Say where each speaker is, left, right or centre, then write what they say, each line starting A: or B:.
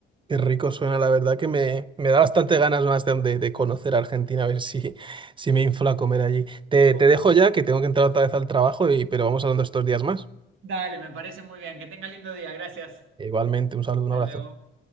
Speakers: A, on the right; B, on the right.
A: Qué rico suena, la verdad que me, me da bastante ganas más de, de- de conocer Argentina, a ver si, si me infla a comer allí. Te,
B: Oh,
A: te dejo ya, que tengo que entrar otra vez al trabajo, y, pero vamos hablando estos días más.
B: dale, me parece muy bien, que tenga lindo día, gracias.
A: Igualmente, un saludo, un
B: Hasta
A: abrazo.
B: luego.